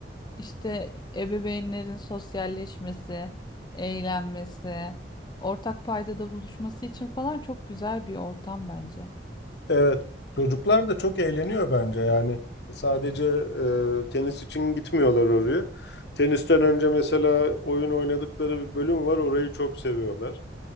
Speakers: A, on the left (about 25°); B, on the left (about 65°).
A: işte ebeveynlerin sosyalleşmesi, eğlenmesi, ortak paydada buluşması için falan çok güzel bir ortam bence.
B: Evet, çocuklar da çok eğleniyor bence yani sadece e, tenis için gitmiyorlar oraya. Tenisten önce mesela oyun oynadıkları bir bölüm var orayı çok seviyorlar.